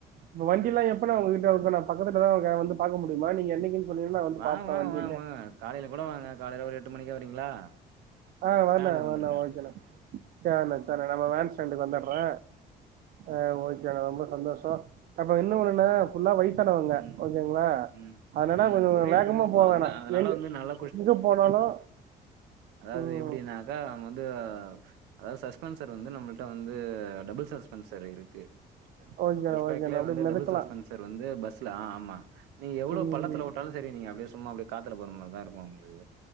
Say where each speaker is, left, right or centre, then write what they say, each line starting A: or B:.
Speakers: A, on the right; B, on the right.
A: இப்ப
B: ம்.
A: வண்டில்லா எப்பண்ணா உங்ககிட்ட சோ இப்ப நா பக்கத்துல தா இருக்கே வந்து பாக்க முடியுமா நீங்க என்னைக்குன் சொன்னீங்கன்ன நா வந்து
B: வாங்க
A: பாப்பே
B: வாங்க
A: வண்டியமே
B: வாங்க வாங்க. காலைல கூட வாங்க காலைல ஒரு எட்டு மணிக்கு வரீங்களா
A: ஆ வர்ண்ணா
B: ஸ்டாண்டுக்கு
A: வர்ண்ணா
B: வந்துருங்க.
A: ஓக்கேண்ணா சேர்ண்ணா சேர்ணா நம வேன் ஸ்டாண்டுக்கு வந்துர்றே
B: ம்.
A: ஆ ஓக்கேண்ணா ரொம்ப சந்தோஷோ அப்ப என்ன ஒண்ணுன
B: ம்.
A: ஃபுல்லா வயிசானவங்க
B: ம்.
A: ஓகேங்களா
B: ம்.
A: அதுனால
B: ம்.
A: கொஞ்சோ
B: புரியுது,
A: வேகமா
B: புரியுதுப்பா.
A: போவேணா
B: அதுல அதனால
A: எங்கு
B: வந்து நல்ல
A: எங்க போனாலு
B: அதாவ்து
A: ம்
B: எப்டினாக்கா நாம் வந்து அதாவ்து சஸ்பென்சர் வந்து நம்மள்ட்ட வந்து டபுள் சஸ்பென்சர் இருக்கு புஷ் பேக்
A: ஓகேண்ணா
B: புஷ்
A: ஓகேண்ணா
B: பேக்ல
A: அப்டியே
B: வந்து
A: மெதக்கலா
B: டபுள் சஸ்பென்சர் வந்து பஸ்ல ஆ ஆமா நீ எவ்ளோ
A: ம்
B: பள்ளத்துல உட்டா லு சரி நீங்க அப்டியே சும்மா அப்டி காத்துல போற மாரி தா இருக்கொ உங்களுக்கு